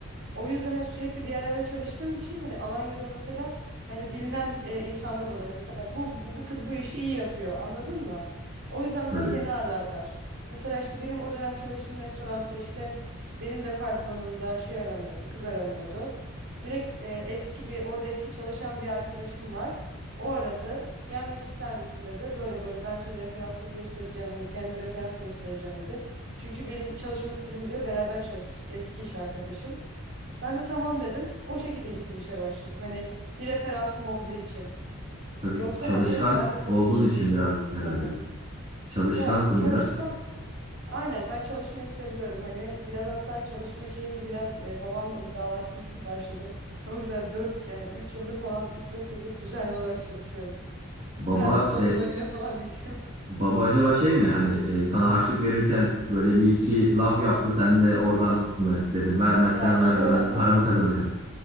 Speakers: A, on the right (about 60°); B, on the right (about 30°).
A: O yüzden hani sürekli bir yerlerde çalıştığım için hani Alanya'da mesela hani bilinen e, insanlar olan hani mesela bu, bu bu kız bu işi iyi yapıyor anladın mı? O yüzden mesela
B: Tabii.
A: seni ağırlarlar. Mesela işte benim o dönem çalıştığım restoranda işte benim departmanımda şey aranıyordu, kız aranıyordu. Direkt e, eski bir orada eski çalışan bir arkadaşım var. O aradı. Gelmek ister misin dedi. Böyle böyle ben seni referans göstereceğim. Hani kendimi referans göstereceğim dedi. Çünkü benim çalışma stilimi biliyor. Beraber çalışmıştık. Eski iş arkadaşım. Ben de tamam dedim. O şekilde gittim işe başladım. Hani bir referansım olduğu için.
B: Tabii
A: Yoksa
B: çalışkan
A: hani ben de tabii
B: olduğun
A: ki iş
B: için
A: görüşmek
B: biraz
A: gitmem
B: herhalde.
A: lazım.
B: Çalışkansın
A: Ya çalışkan
B: biraz.
A: aynen ben çalışmayı seviyorum. Hani biraz hatta çalışma şeyim de biraz e, babamla iddialaştığım için başladı. <laughs> O yüzden 4 yani 3 yıldır falan üç dört yıldır düzenli olarak çalışıyorum. <laughs>
B: Baba
A: Lanet olsun
B: e,
A: o güne falan diyeceğim.
B: baba acaba şey mi hani e, sana harçlık verirken böyle bir iki laf yaptı sen de oradan mı dedin
A: <laughs>
B: vermezsen
A: Ya
B: verme
A: şöyle
B: ben paramı
A: nasıl
B: kazanacağım.